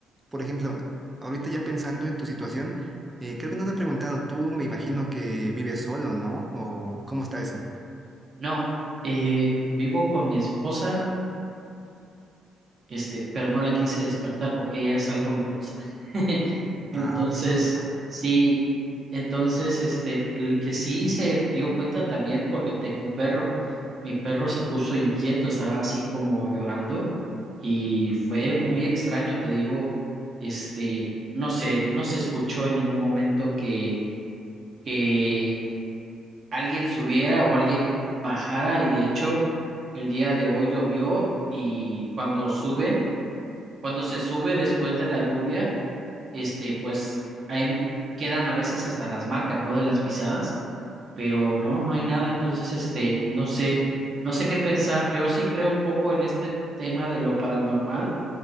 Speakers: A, on the right; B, on the right.
A: Por ejemplo, ahorita ya pensando en tu situación, eh, creo que no te he preguntado, tú me imagino que vives solo, ¿no? ¿O cómo está eso?
B: No, eh, vivo con mi esposa este, pero no la quise despertar porque ella es algo miedosa. <laughs> Entonces,
A: Ah, ok.
B: sí, entonces, este, el que sí se dio cuenta también porque tengo un perro. Mi perro se puso inquieto, estaba así como llorando y fue muy extraño, te digo, este, no sé, no se escuchó en ningún momento que, que alguien subiera o alguien bajara y de hecho el día de hoy llovió y cuando suben cuando se sube después de la lluvia, este, pues ahí quedan a veces hasta las marcas, ¿no? De las pisadas, pero no, no hay nada. Entonces, este, no sé, no sé qué pensar. Yo sí creo un poco en este tema de lo paranormal,